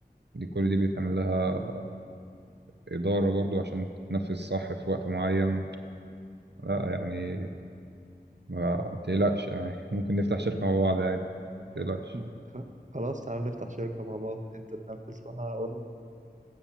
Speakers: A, on the right; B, on the right.
A: دي كل دي بيتعمل لها إدارة برضو عشان تتنفذ صح في وقت معين لا يعني ما تقلقش يعني <laughs> ممكن نفتح شركة مع بعض عادي ما تقلقش
B: مم. خ- خلاص تعالى نفتح شركة مع بعض أنت تنفذ وأنا هقول